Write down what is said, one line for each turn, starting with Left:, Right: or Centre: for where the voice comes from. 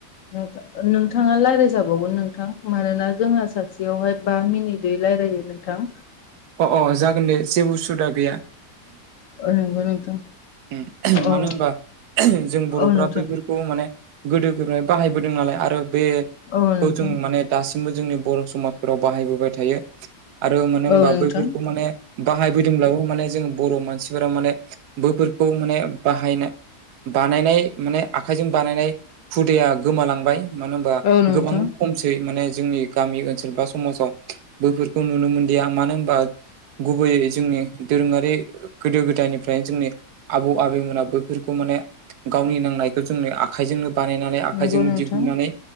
Left: नोंथां-नोंथाङा लायरायजाबावगोन नोंथां मानोना जोंहा सासेयावहाय बा मिनिट दै लायरायो नोंथां।
Right: अ' अ' जागोन दे जेबो उसुबिदा गैया।
Left: औ नंगौ नोंथां
Right: उम
Left: औ
Right: मानो होनबा जों बर'फ्रा
Left: औ नोंथां
Right: बैफोर खौ माने गोदो गोदाय बाहायबोदों नालाय आरो बे
Left: औ
Right: खौ
Left: नोंथां
Right: जों माने दासिमबो जोंनि बर' समाजफोराव बाहायबोबाय थायो आरो मानो होनबा
Left: औ नोंथां
Right: बैफोरखौ माने बाहायफैदोंब्लाबो माने जों बर' मानसिफोरा माने बोफोरखौ माने बाहायनो बानायनाय माने आखाइजों बानायनाय हुदाया गोमालांबाय मानो होमबा
Left: औ नोंथां
Right: गोबां खमसेै माने जोंनि गामि ओनसोल बा समाजाव बैफोरखौ नुनो मोनदिया मानो होन बा गुबैयै जोंनि दोरोङारि गोदो गोदायनिफ्रायनो जोंनि आबौ आबैमोना बैफोरखौ माने गावनि नांनायखौ जोंनि आखाइजोंनो बानायनानै आखाइजोंनो
Left: नंगौ नोंथां
Right: दिहुननानै